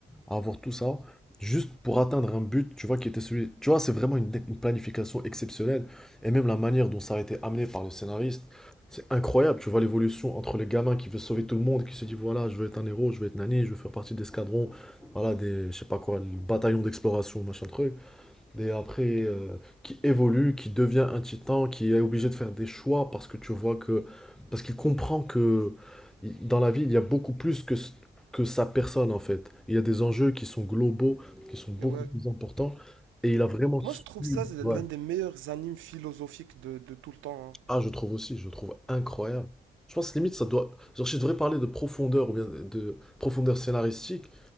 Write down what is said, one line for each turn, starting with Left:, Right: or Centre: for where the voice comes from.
Centre: à avoir tout ça, juste pour atteindre un but, tu vois, qui était celui. Tu vois, c'est vraiment une, une planification exceptionnelle. Et même la manière dont ça a été amené par le scénariste, c'est incroyable. Tu vois l'évolution entre les gamins qui veut sauver tout le monde, qui se dit, voilà, je veux être un héros, je veux être nani, je veux faire partie d'escadrons, voilà, des, je sais pas quoi, le bataillon d'exploration, machin truc. Et après, euh, qui évolue, qui devient un titan, qui est obligé de faire des choix parce que tu vois que. Parce qu'il comprend que i- dans la vie, il y a beaucoup plus que, s- que sa personne en fait. Il y a des enjeux qui sont globaux, qui sont beaucoup
Right: Et ouais.
Centre: plus importants. Et il a vraiment su.
Right: Moi, je trouve ça c'est l'un
Centre: ouais.
Right: des meilleurs animes philosophiques de, de tout le temps. hein.
Centre: Ah, je trouve aussi, je trouve incroyable. Je pense limite, ça doit. Genre, si je devrais parler de profondeur ou bien de de profondeur scénaristique,